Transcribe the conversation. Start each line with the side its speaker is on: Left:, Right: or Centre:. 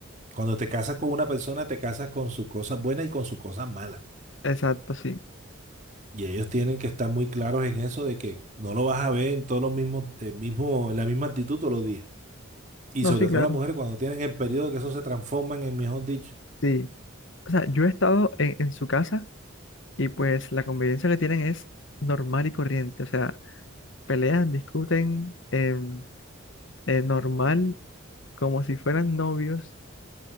Right: cuando te casas con una persona te casas con sus cosas buenas y con sus cosas malas.
Left: exacto, sí.
Right: Y ellos tienen que estar muy claros en eso de que no lo vas a ver en todos los mismos, el mismo, la misma actitud todos los días. Y
Left: No,
Right: sobre
Left: sí, claro,
Right: todo las mujeres cuando tienen el periodo que eso se transforman en, mejor dicho.
Left: sí. O sea, yo he estado en, en su casa y pues la convivencia que tienen es normal y corriente. O sea, pelean, discuten em, eh, normal, como si fueran novios.